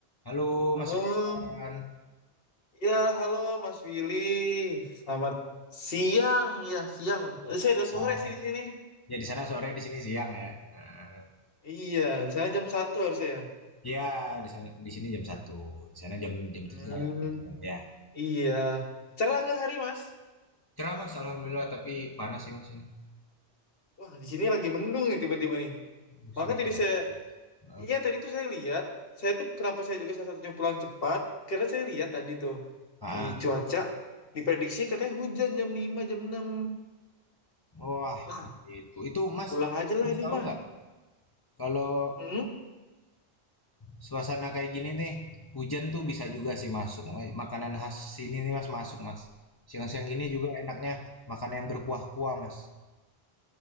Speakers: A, on the left; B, on the left.
A: Halo
B: Halo,
A: Mas Rian.
B: ya halo Mas Willy. Selamat siang ya siang. Eh, Saya udah
A: Nah,
B: sore sih di sini.
A: ya di sana sore, di sini siang ya. Nah,
B: Iya, di sana jam satu harusnya ya.
A: ya di sana di sini jam satu, di sana jam jam
B: Hmm,
A: 3 ya. Ya.
B: iya. Cerah nggak hari Mas?
A: Cerah Mas, alhamdulillah tapi panas sih Mas ini.
B: Wah, di sini lagi mendung nih tiba-tiba nih.
A: Di
B: Maka
A: sini
B: tadi
A: panas.
B: saya,
A: Heeh.
B: iya tadi tuh saya lihat, saya tuh kenapa saya juga salah satunya pulang cepat, karena saya lihat tadi tuh,
A: Ah,
B: wih, cuaca diprediksi katanya hujan jam lima jam enam
A: wah
B: Wah,
A: gitu. Itu Mas,
B: pulang aja lah
A: Mas
B: ini
A: tahu
B: mah.
A: nggak kalau
B: Hmm?
A: suasana kayak gini nih, hujan tuh bisa juga sih masuk. Makanan khas sini nih Mas masuk Mas. Siang-siang gini juga enaknya makan yang berkuah-kuah Mas.